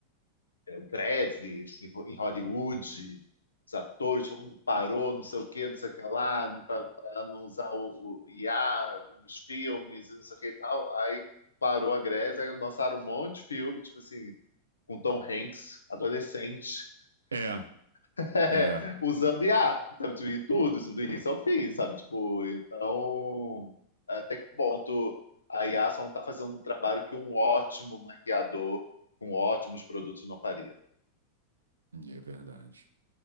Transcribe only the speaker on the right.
É,
é.
É verdade.